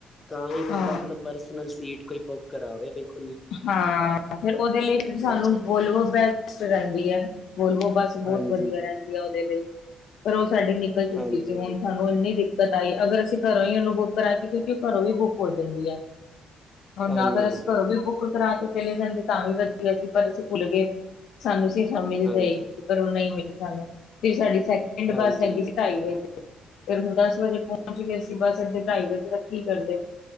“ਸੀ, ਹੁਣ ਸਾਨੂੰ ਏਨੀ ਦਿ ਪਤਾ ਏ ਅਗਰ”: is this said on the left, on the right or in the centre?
Left